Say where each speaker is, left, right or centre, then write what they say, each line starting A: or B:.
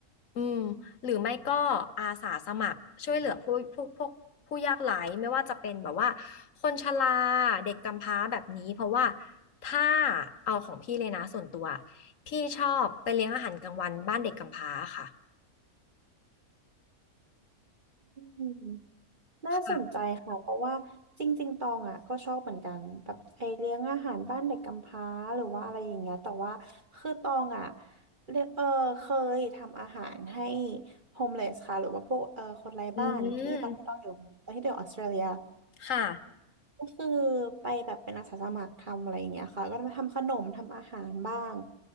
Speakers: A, on the left; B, on the right.
A: อืม หรือไม่ก็อาสาสมัครช่วยเหลือผู้ผู้พวกผู้ยากไร้ไม่ว่าจะเป็นแบบว่าคนชราเด็กกำพร้าแบบนี้เพราะว่าถ้าเอาของพี่เลยนะส่วนตัวพี่ชอบไปเลี้ยงอาหารกลางวันบ้านเด็กกำพร้าค่ะ
B: อืม น่าสนใจค่ะเพราะว่าจริงๆ
A: ค่ะ
B: ตองอ่ะก็ชอบเหมือนกันแบบไอเลี้ยงอาหารบ้านเด็กกำพร้าหรือว่าอะไรอย่างเงี้ยแต่ว่าคือตองอ่ะเรียกเออเคยทำอาหารให้โฮมเลสค่ะหรือว่าพวกเออคนไร้บ้านที่ตอนที่ตองอยู่ตอนที่ตองอยู่ออสเตรเลีย
A: อืมค่ะ
B: ก็คือไปแบบเป็นอาสาสมัครทำอะไรอย่างเงี้ยค่ะก็มาทำขนมทำอาหารบ้าง